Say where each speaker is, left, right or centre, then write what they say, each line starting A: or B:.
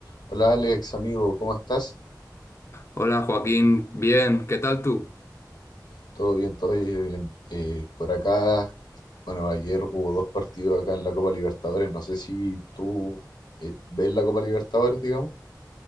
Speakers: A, on the left; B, on the left.
A: Hola Alex, amigo, ¿cómo estás?
B: Hola Joaquín, bien, ¿qué tal tú?
A: Todo bien, todo bien. Eh, por acá, es- bueno, ayer hubo dos partidos acá en la Copa Libertadores. No sé si tú eh, ves la Copa Libertadores, digamos.